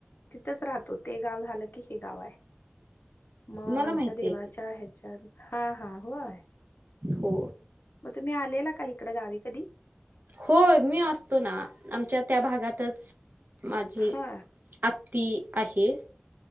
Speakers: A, on the left; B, on the right.
A: तिथंच राहतो ते गाव झालं की हे गाव आहे. मग
B: मला
A: आमच्या
B: माहिती
A: देवाच्या
B: आहे कि
A: ह्याच्यात हा हा होय.
B: हो.
A: मग तुम्ही आलेला का इकडें गावी कधी?
B: होय मी असतो ना आमच्या त्या भागातच माझी
A: हा
B: आत्ती आहे.